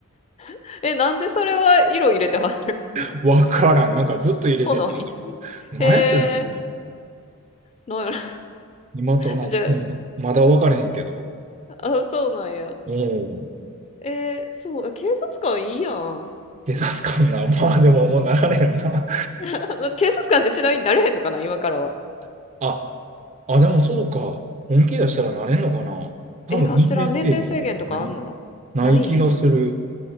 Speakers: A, on the left (about 30°); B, on the right (about 30°).
A: <laughs> え、なんでそれは色入れてはん
B: <laughs> わからん。なんかずっと入れてて。
A: <laughs> 好み
B: なんやってんの
A: へえ、なんやろ。
B: 今となっても、
A: <laughs> じゃ
B: まだわからへんけど。
A: あ、あ、そうなんや。
B: うん。
A: えー、そう、警察官いいやん。
B: 警察官な。<laughs> まあでももうなられんな。
A: <laughs> 警察官ってちなみになれへんのかな、今からは。
B: <laughs> あ、あ、でもそうか。本気出したらなれんのかな。多分年齢制限とかない、
A: いや、知らん。年齢制限とかあんのないんや。
B: ない気がする。